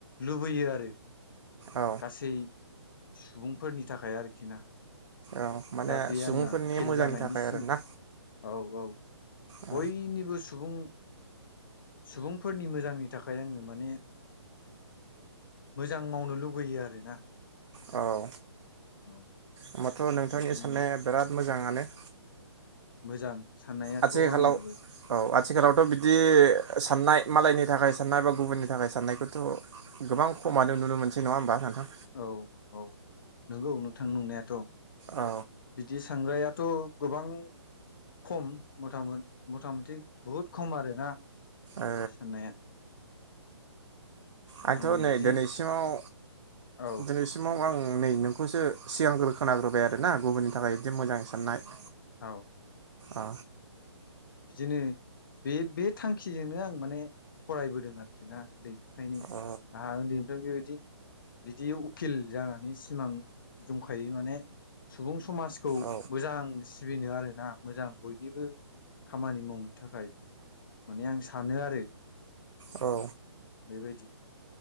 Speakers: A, on the left (about 45°); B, on the right (about 80°).
A: लुबैयो आरो
B: औ
A: गासै सुबुंफोरनि थाखाय आरोखि ना
B: औ माने
A: दा बे
B: सुबुंफोरनि
A: आंना उखिल
B: मोजांनि
A: जानायनिसिम
B: थाखाय आरोना
A: औ औ
B: औ
A: बयनिबो सुबुं सुबुंफोरनि मोजांनि थाखाय आङो माने मोजां मावनो लु बैयो आरोना
B: औ
A: औ
B: ओमबाथ' नोंथांनि
A: बिदिनो
B: साननाया बिराद मोजां मोजाङानो
A: मोजां साननायाथ'
B: आथिखालाव
A: आंनाबो
B: औ आथिखालावथ' बिदि साननाय मालायनि थाखाय साननाय बा गुबुननि थाखाय साननायखौथ' गोबां खमानो नुनो मोनसै नङा होमबा नोंथां
A: औ औ नंगौ नोंथां नंनायाथ'
B: औ
A: बिदि सांग्राया थ' गोबां खम मोजां मथा मथा मथि बुहुत खम आरोना
B: ओ
A: साननाया <inaudible>
B: आंथ'
A: आं बिदि
B: नै दिनैसिमाव
A: औ
B: दिनैसिमाव आं नै नोंखौसो सिगांग्रो खोनाग्रोबाय आरोना गुबुननि थाखाय बिदि मोजां साननाय
A: औ
B: ओ
A: बिदिनो बे बे थांखिजोंनो आं माने फरायबोदों आरोखि ना उन्दै फ्रायनो
B: अ
A: आंहा उन्दैनिफ्रायनो बेबा बिदि उखिल जानानै सिमां दंखायो माने सुबुं समाजखौ
B: औ
A: मोजां सिबिनो आरो ना मोजां बयनिबो खामानि मावनो थाखाय माने आं सानो आरो
B: औ
A: बेबायदि